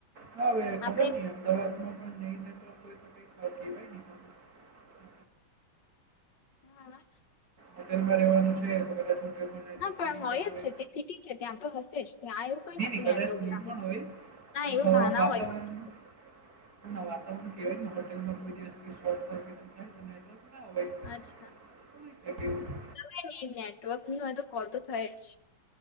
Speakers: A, on the right; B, on the left.
A: હા હવે ખબર
B: આપણે
A: નહી અમદાવાદમાં પણ નહી નેટવર્ક કોઈ તોઈતીવાય ન
B: હા
A: હોટેલમાં રવાનું છેલમાં ન આવતું
B: હા પણ જ
A: હોય
B: છે તે સિટી છે ત્યાં તો હશે જ ત્યાં એવું
A: નહીં
B: કઈ નથીલા
A: નહીં કદાચ નહીં પણ હોય
B: ના
A: એ
B: એવું
A: હવા
B: ભાના
A: વાતાવરણ
B: હોયછ
A: ના વાતાવરણ કેવાય ને હોટેલમાં કોઈ દિવર્ટ સિટ થ ના ભાઈું
B: અચ્છા કઈ નઈ નેટવર્ક ની હોય તો કોલ તો થાય જ